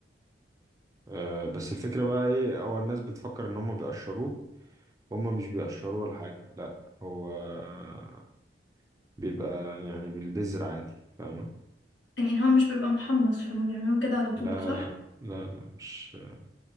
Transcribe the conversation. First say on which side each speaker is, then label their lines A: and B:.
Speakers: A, on the right; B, on the left.
A: آه بس الفكرة بقى ايه هو الناس بتفكر ان هم بيقشروه هم مش بيقشروه ولا حاجة لا هو آه، بيبقى يعني بالبذر عادي فاهمة
B: يعني هو مش بيبقى محمص فما بيعملوه كده على طول
A: لا
B: صح؟
A: لا لا لا مش